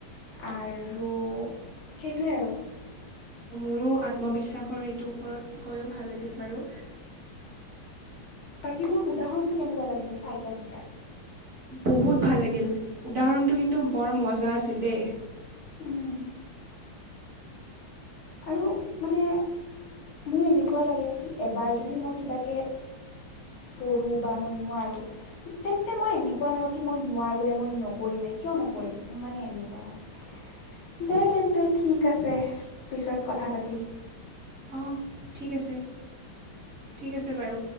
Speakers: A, on the left (about 75°); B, on the right (about 45°).
A: আৰু সেইটোৱে আৰু।
B: মোৰো আত্মবিশ্বাসৰ এইটোৰ ওপৰত কৈও ভাল লাগিল বাৰু।
A: বাকী মোৰ উদাহৰণটো কেনেকুৱা লাগি চাইকেল শিকাৰ
B: বহুত ভাল লাগিল, উদাহৰণটো কিন্তু বৰ মজা আছিল দেই।
A: উম। আৰু মানে মোৰ এনেকুৱা লাগে কি এবাৰ যদি মই কিবাকে পঢ়ো বা মই নোৱাৰো তেন্তে মই এনেকুৱা নহয় কি মই নোৱাৰোৱে মই নকৰিমে কিয় কিয় নকৰিম মোৰ মানে এনেকুৱা লাগে দে তেন্তে ঠিক আছে। পিছত কথা পাতিম।
B: অঁ ঠিক আছে, ঠিক আছে বাৰু।